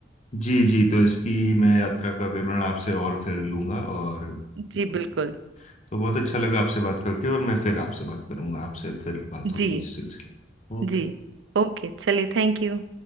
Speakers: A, on the left; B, on the right.
A: जी जी तो इसकी मैं यात्रा का विवरण आपसे और फिर लूंगा और बिल्कुल,
B: जी बिल्कुल
A: तो बहुत अच्छा लगा आपसे बात करके और मैं फिर आपसे बात करूंगा आपसे फिर बात
B: जी
A: होगी इस सिलसिले में। ओके।
B: जी ओके चलिए थैंक यू